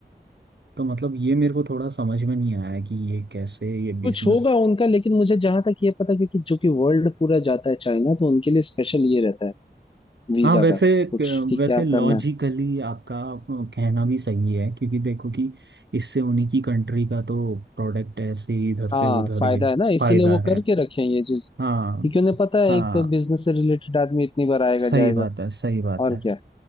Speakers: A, on the right; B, on the left.
A: तो मतलब ये मेरे को थोड़ा समझ में नहीं आया कि ये कैसे ये बिजनेस
B: कुछ होगा उनका लेकिन मुझे जहां तक ये पता है, क्योंकि जो कि वर्ल्ड पूरा जाता है चाइना तो उनके लिए स्पेशल ये रहता है वीजा
A: हाँ वैसे
B: का कुछ कि
A: वैसे
B: क्या
A: लॉजिकली
B: करना है
A: आपका कहना भी सही है क्योंकि देखो कि इससे उन्हीं की कंट्री का तो प्रोडक्ट ऐसे ही इधर
B: हाँ
A: से उधर
B: फायदा
A: ये
B: है ना इसीलिए
A: फायदा
B: वो करके
A: है
B: रखे हैं ये चीज
A: हाँ
B: क्योंकि उन्हें पता है
A: हाँ
B: एक तो बिजनेस से रिलेटेड आदमी इतनी बार आएगा
A: सही
B: जाएगा
A: बात है सही बात
B: और
A: है
B: क्या